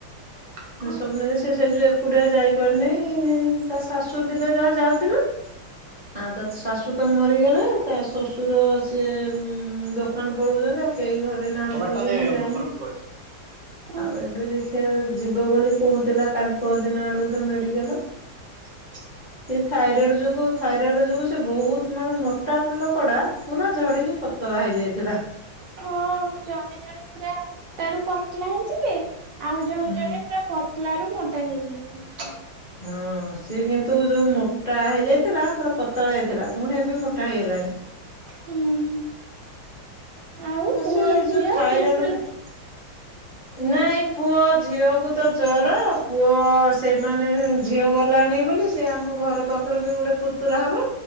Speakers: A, on the right; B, on the left.
A: <inaudible>
B: ନା ସବୁ ନେଇ ଆସିବା ସେଇ ଯୋଉ ଏକୁଟିଆ ଯାଇପାରୁନେହିଁ ତା ଶାଶୁ ଥିଲେ ଯାହା ଯାଉଥିଲା। ଆଉ ତା ଶାଶୁ ତ ମରିଗଲେ ତା ଶଶୁର ସିଏ ଉ ଦୋକାନ୍ ପଳଉଚନ୍ତି ଆଉ କେହି ଘରେ ନାହାନ୍ତି
A: ଟମାଟୋ
B: ବୋଲି
A: ନେ
B: ହିଁ ଯାଇନି
A: ଗୋବର ପୋକ ଅଛି। ହୁଁ।
B: ଆଉ ଏବେ ଦେଖି ଆ ଯିବ ବୋଲି କହୁଥିଲା କାଲି ପହଦିନ ଆଡକୁ ତ ମେଡିକାଲ।
A: <inaudible>
B: ସେ ଥାଇରଡ୍ ଯୋଗୁ ଥାଇରଏଡ ଯୋଗୁ ସେ ବୋହୁତ୍ ମାନେ ମୋଟା ଲୋକଡା ପୁରା ଝଡିକି ପ ତଳା ହେଇଯାଇଥିଲା।
A: ହଁ ଜଣେ ଜଣେ ପୁରା ମୋଟା ରୁ ପତ୍ଲା ହେଇଯିବେ ଆଉ ଜଣେ
B: ହୁଁ
A: ଜଣେ ପୁରା ପ ତ୍ଲା ରୁ ମୋଟା ହେଇଯିବେ ଏ
B: ହଁ ସିଏ କିନ୍ତୁ ଯୋଉ ମୋଟା ହେଇଯାଇଥିଲା ପୁରା ପତଳା ଯାଇଥିଲା ପୁଣି ଏବେ ମୋଟା ହେଇଗଲାଣି।
A: ହୁଁ ଆଉ
B: ବେଶୀ
A: ପୁଅ ଝିଅ
B: ଯୋଉ ଥାଇରଏଡ
A: ଟ୍ୟୁସନ୍
B: ନାଇଁ ପୁଅ ଝିଅକୁୁ ତ ଜର ପୁଅ ସେମାନେ ଝିଅ ଗଲାନି ବୋଲି ସେ ଆମ ଘର ପାଖରୁ ବି ଗୋଟେ ପୁତୁରା ହବ।